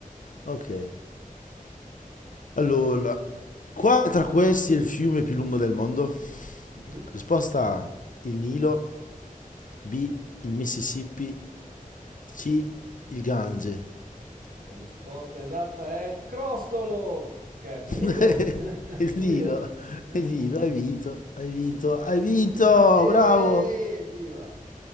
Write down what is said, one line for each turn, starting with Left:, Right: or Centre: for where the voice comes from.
Left: Ok. Allora, quale tra questi è il fiume più lungo del mondo?
Right: Mhm.
Left: Risposta A, il Nilo, B, il Mississippi, C, il Gange.
Right: Risposta esatta è Crostolo! Scherzo,
Left: <laughs>
Right: Nilo. <laughs>
Left: il
Right: Nilo.
Left: Nilo,
Right: <laughs>
Left: il Nilo, hai vinto, hai vinto, hai vinto,
Right: Yeee,
Left: bravo.
Right: evviva!